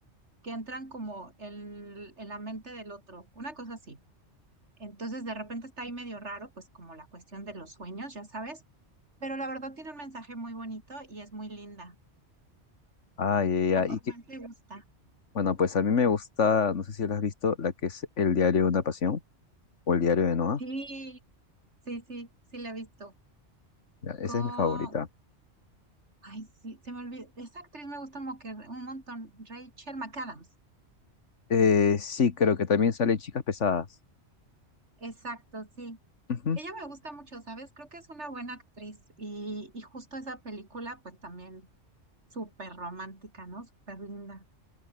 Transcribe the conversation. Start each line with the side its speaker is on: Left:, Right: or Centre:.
Right: que entran como el- en la mente del otro, una cosa así. Entonces de repente está ahí medio raro, pues como la cuestión de los sueños, ya sabes, pero la verdad tiene un mensaje muy bonito y es muy linda.
Left: Ah, ya, ya,
Right: ¿A ti
Left: Y
Right: Ah,
Left: que,
Right: cuál te gusta?
Left: bueno, pues a mí me gusta, no sé si la has visto, la que es El diario de una pasión o El diario de Noah.
Right: Sí, Sí, sí, sí la he visto.
Left: Ya, esa
Right: Con...
Left: es mi favorita.
Right: Ay, sí, se me olvidó. Esa actriz me gusta mo- que un montón. Rachel McAdams.
Left: Eh, sí, creo que también sale Chicas Pesadas.
Right: Exacto, sí.
Left: Ujú.
Right: Ella me gusta mucho, ¿sabes? Creo que es una buena actriz. Y, y justo esa película, pues también súper romántica, ¿no? Súper linda.